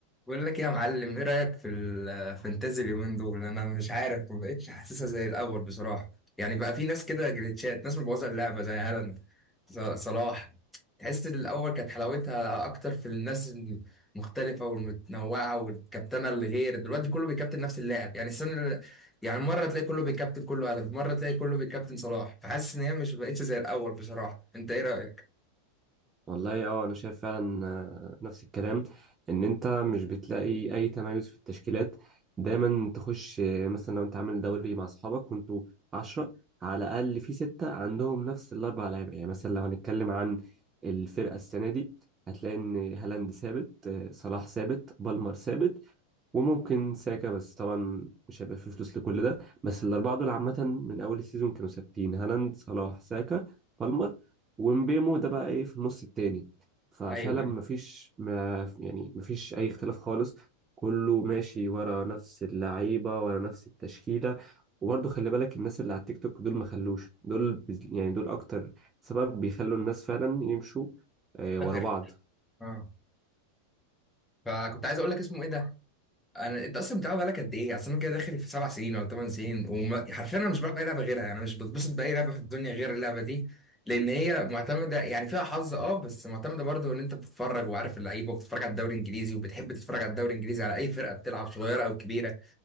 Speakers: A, in the centre; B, on the right.
A: بقول لك إيه يا معلم ايه رأيك في الفانتازي اليومين دول انا مش عارف ما بقتش حاسسها زي الاول بصراحة يعني بقى في ناس كده جليتشات ناس مبوظة اللعبة زي هالاند ز- صلاح تحس إن الاول كانت حلاوتها اكتر في الناس المختلفة والمتنوعة والكابتنة اللي غير دلوقتي كله بيكابتن نفس اللاعب يعني السنة اللي- يعني مرة تلاقي كله بيكابتن كله هالاند مرة تلاقي كله بيكابتن صلاح فحاسس ان هي مش بقتش زي الاول بصراحة انت ايه رأيك
B: والله اه انا شايف فعلا آه، نفس الكلام ان انت مش بتلاقي اي تميز في التشكيلات دايما تخش آه، مثلا لو انت عامل دوري مع اصحابك وانتوا عشرة على الاقل في ستة عندهم نفس الاربع لعيبة يعني مثلا لو هنتكلم عن الفرقة السنة دي هتلاقي ان هالاند ثابت آه، صلاح ثابت بالمر ثابت وممكن ساكا بس طبعا مش هيبقى فيه فلوس لكل ده بس الأربعة دول عامة من أول السيزون كانوا ثابتين هالاند صلاح ساكا بالمر ومبيمو ده بقى إيه في النص التاني ففعلا
A: ايوه ايوه
B: مفيش ما يعني مفيش أي اختلاف خالص كله ماشي ورا نفس اللعيبة ورا نفس التشكيلة وبرضه خلي بالك الناس اللي على التيك توك دول ما خلوش دول بز- يعني دول أكتر سبب بيخلوا الناس فعلا يمشوا آه،
A: فاكر
B: ورا بعض
A: اه فكنت عايز اقول لك اسمه ايه ده انا انت اصلا بتلعب بقالك قد ايه؟ اصل انا كده داخل في سبع سنين ولا ثمان سنين وحرفيا انا مش بلعب اي لعبه غيرها يعني مش بتبسط باي لعبه في الدنيا غير اللعبه دي لان هي معتمده يعني فيها حظ اه بس معتمده برضه ان انت بتتفرج وعارف اللعيبه وبتتفرج على الدوري الانجليزي وبتحب تتفرج على الدوري الانجليزي على اي فرقه بتلعب صغيره او كبيره